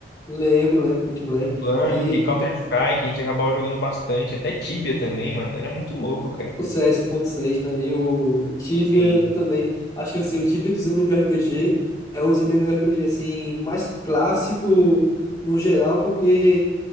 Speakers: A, on the left; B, on the left.
A: Lembro, lembro, Point Blank,
B: Blank,
A: que
B: Counter-Strike, a gente acabava jogando bastante, até Tibia também, mano. Era muito louco, cara.
A: o CS seis né? E o Tibia
B: Sim.
A: também. Acho que assim, o Tibia dos MMORPG é um dos MMORPG assim, mais clássico no geral, porque